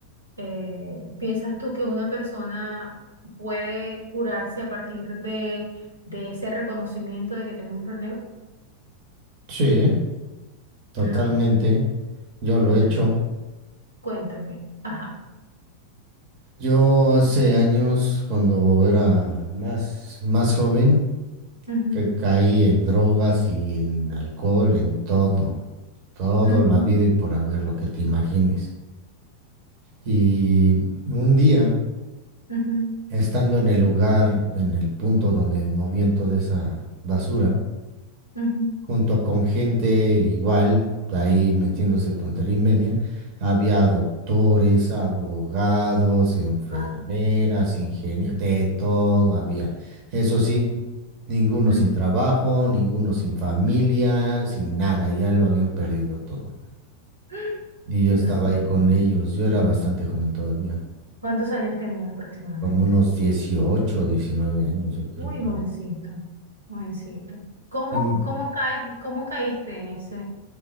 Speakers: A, on the right; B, on the right.
A: Eh, ¿piensas tú que una persona puede curarse a partir de, de ese reconocimiento de que tiene un problema?
B: Sí, totalmente.
A: Ajá,
B: Yo
A: cuéntame,
B: lo he hecho.
A: cuéntame. Ajá.
B: Yo hace años, cuando era más, más joven,
A: Ujú,
B: que caí en drogas y en alcohol, en todo, todo
A: ujú,
B: lo habido y por haber, lo que te imagines. Y un día,
A: ujú,
B: estando en el lugar, en el punto donde movían toda esa basura,
A: ujú.
B: junto con gente igual, ahí metiéndose tontería y media, había doctores, abogados, enfermeras,
A: Wow.
B: ingenieros, de todo había. Eso sí. Ninguno
A: Ujú.
B: sin trabajo, ninguno sin familia, sin nada, ya lo habían perdido todo.
A: <gasps>
B: Y yo
A: Dios
B: estaba ahí
A: mío.
B: con ellos, yo era bastante joven todavía,
A: ¿Cuántos años tenías aproximadamente?
B: como unos 18 19 años, yo creo,
A: Muy
B: por
A: jovencito,
B: ahí.
A: jovencito. ¿Cómo,
B: Y m-
A: cómo caes, cómo caíste en ese,